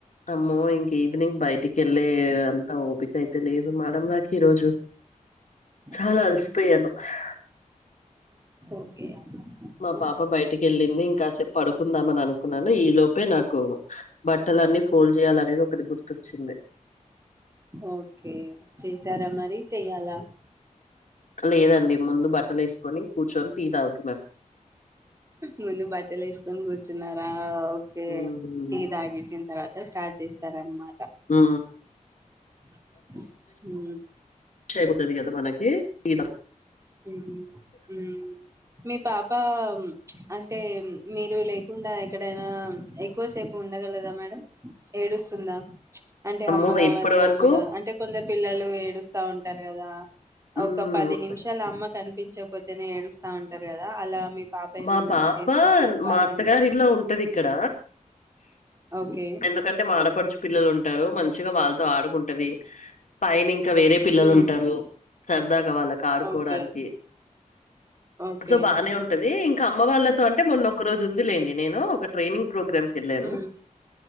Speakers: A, on the left; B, on the right.
A: అమ్మో ఇంక ఈవనింగ్ బయటికి వెళ్ళలే అంత ఓపికయితే లేదు మేడం నాకు ఈ రోజు చాలా
B: హ్మ్.
A: అలసిపోయాను హా
B: ఓకే
A: మా
B: హ్మ్.
A: పాప బయటికి వెళ్ళింది. ఇంకాసేపు పడుకుందాం అని అనుకున్నాను. ఈ లోపే నాకు బట్టలన్ని ఫోల్డ్ చేయాలనేది ఒకటి గుర్తొచ్చింది.
B: ఓకే చేసారా మరి చెయ్యాలా
A: లేదండి ముందు బట్టలు వేసుకొని కూర్చొని టి తాగు
B: మందు బధ లు వేసుకొని కూర్చున్నారా ఆ ఓకే
A: హ్మ్.
B: టి తాగేసిన తర్వాత స్టార్ట్ చేస్తార అన్నమా
A: హ
B: అ ఊ
A: అయిపోతది కదా! మనకి. టీ తాగి
B: ఉ మీ పాపా అంటే మీరు లేకుండా ఎక్కడైనా ఎక్కువసేపు ఉండగలదా మేడం ఏడుస్తుందా అంటే
A: అమ్మో!
B: అమ్మ కావాలి
A: ఇప్పటి వరకు
B: అమ్మగా అంటే కొంద పిల్లలు ఏడుస్తా ఉంట తరుగదా
A: హ్మ్.
B: ఒక పది నిమిషాలు అమ్మ కనిపించకపోతేనే ఏడుస్తా ఉంటారు కదా అలా మీ పాప ఏమన్నా
A: మా పాప
B: చేస్తుందా బానే
A: మా అత్తగారి
B: ఉంటుందా
A: ఇంట్లో ఉంటది ఇక్కడ
B: ఓకే
A: ఎందుకంటే మాఆడపడుచు పిల్లలు ఉంటారు. మంచిగా వాళ్ళతో ఆడుకుంట ది పైని ఇంకా వేరే పిల్లలు
B: హ్మ్.
A: ఉంటారు. సరదాగా వాళ్ళకి ఆడుకోవడానికి
B: ఓకే ఓకే
A: సో బానే ఉం ఇంక అమ్మ వాళ్ళతో అంటే మొన్నొక్క రోజు ఉంది లేండి. నేను ఒక ట్రైనింగ్ ప్రోగ్రామ్కి వెళ్ళాను.
B: హ్మ్.